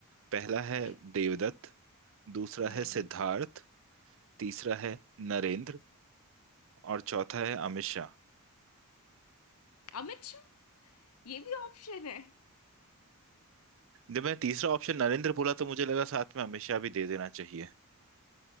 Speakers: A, on the right (about 60°); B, on the left (about 80°).
A: पहला है
B: बिल्कुल
A: देवदत्त दूसरा
B: हम्म
A: है सिद्धार्थ तीसरा है नरेंद्र और चौथा है अमित शाह
B: अमित शाह ये भी ऑप्शन है
A: जब मैंने तीसरा ऑप्शन नरेंद्र बोला तो मुझे लगा साथ में अमित शाह भी दे देना चाहिए